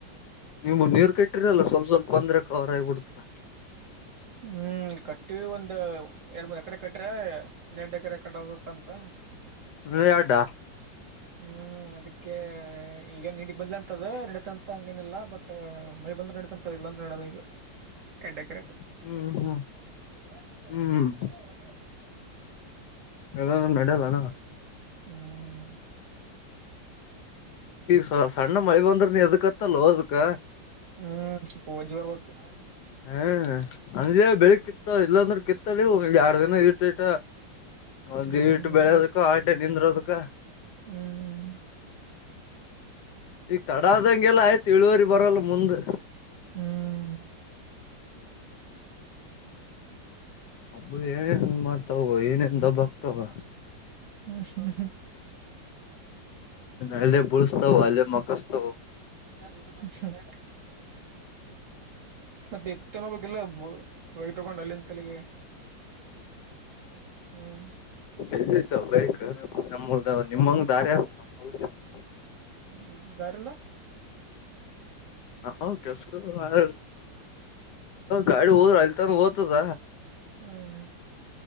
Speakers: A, on the left (about 70°); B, on the right (about 50°).
A: ನಿಮ್ಮವು ನೀರು ಕೆಟ್ಟಿರಲ್ಲ ಸ್ವಲ್ಪ ಸ್ವಲ್ಪ ಬಂದ್ರೆ ಕವರ ಆಗಬಿಡ್ತದ.
B: ಹ್ಮ್, ಕಟ್ಟ ಕಟ್ಟಿವಿ ಒಂದ ಎರಡ್ -ಮೂರ ಎಕರೆ ಕಟ್ರಾ ಇನ್ನಾಎಂಟ ಎಕರೆಕಟ್ಟಬೇಕಂತ.
A: ವಿಡ್ಡ <unintelligible>
B: ಹ್ಮ್, ಅದಿಕ್ಕೆ ಈಗ ನೀ <unintelligible> ಬದ್ಲಂತದ ನಡತ ಹಂಗೇನಿಲ್ಲಾ ಬಟ್ ಮಳಿ ಬಂದ್ರ ನಡ ತಂತ ಅದು ಇಲ್ಲಂದ್ರ ನಡಿಯಲ್ಲಾ ಅದು. ಯಾಡ್ ಎಕ್ರೆಕ್
A: ಹ್ಮ್ ಹ್ಮ್
B: <inaudible>
A: ಹ್ಮ್ ಇರಲ್ಲ ಅಂದ್ರ ನಡೆಯಲ್ಲನ
B: ಹ್ಮ್.
A: ಈಗ ಸ ಸಣ್ಣ ಮಳೆ ಬಂದ್ರ ನೀ ಎದಕ ಹತ್ತಲ್ಲೋ ಅದಕ್ಕ
B: ಹ್ಮ್ ಪೂಜೆ ಆಗ್ಬೇಕ.
A: ಹ್ಮ ಅಂಜೇ ಬೆಳಿ ಕಿತ್ತ ಇಲ್ಲಾಂದ್ರ ಕಿತ್ತ ಯಾಡ್ ದಿನ ಇಟ್ಟ ಇಟ್ಟ ಒಂದು
B: ಹ್ಮ್
A: ಇಟ್ಟು ಬೆಳೋದಕ ಅಡ್ಡೆ ನಿಂದರೋದಕ
B: ಹ್ಮ್.
A: ಈಗ ಕಡ ಆದಂಗೆಲ್ಲ ಆಯ್ತು ಇಳುವರಿ ಬರಲ್ಲ ಮುಂದ್
B: ಹ್ಮ್.
A: ಒಬ್ಬ ಏನೇನ್ ಮಾಡ್ತಾವ ಏನೇನ್ ದಬ್ಬ ಆಗ್ತಾವ.
B: ಹ್ಮ್ ಹಾ
A: ಅಲ್ಲೇ ಬಳಸ್ತಾವ ಅಲ್ಲೇ ಮಕ್ಕೋಸ್ತಾವ್
B: <unintelligible> ಮತ್ತೆ ಎತ್ತಿನೋಬೇಕಲ್ಲ ಒಗ್ ತಗೊಂಡು ಅಲ್ಲಿ ತಲ್ಲಿಗೆ ಹ್ಮ್.
A: ಇಲ್ಲಿ ಆಯ್ತಿ ಅದ ಬೈಕ್ ನಮ್ಮ ಹೊಲದಾಗ ನಿಮ್ಮಂಗ ದಾರಿ ಅದ? <inaudible>
B: ಹ್ಮ್ ದಾರಿಲ್ಲ.
A: <inaudible>
B: ಹ್ಮ್
A: ಗಾಡಿ ಹೋದ್ರ ಅಲ್ಲಿ ತನ್ ಹೋತದ
B: ಹ್ಮ್.